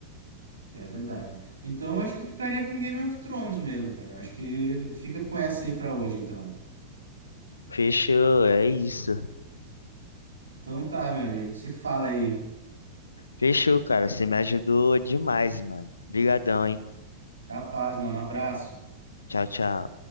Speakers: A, on the right; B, on the left.
A: É verdade. Então, eu acho que ficaria com Game of Thrones mesmo, cara. Eu acho que fica com essa aí pra hoje, então.
B: Fechou, é isso.
A: Então tá, meu, a gente se fala aí.
B: Fechou, cara. Você me ajudou demais, mano. Obrigadão, hein?
A: Capaz, mano. Abraço.
B: Tchau, tchau.